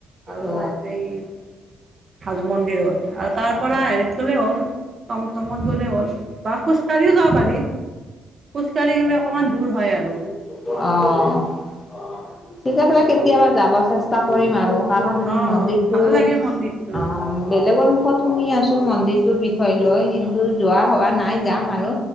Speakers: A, on the right; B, on the left.
A: আৰু
B: অ
A: এই হাজো মন্দিৰত আৰু তাৰ
B: অ
A: পৰা হেৰিত গলে হ'ল তমটমত গ'লে হ'ল বা খোজকাঢ়িও যাওঁ পাৰি খোজকাঢ়ি গলে অকমান দূৰ হয় তাকেআৰু
B: অহ ঠিক আছে কেতিয়াবা যাব চেষ্টা কৰিম আৰু কাৰণ
A: অঁ
B: মন্দিৰটো
A: ভাল লাগে মন্দিৰটো
B: অহ বেলেগৰ মুখত শুনি আছো মন্দিৰ তোৰ বিষয়ে লৈ কিন্তু যোৱা হোৱা নাই যাম আৰু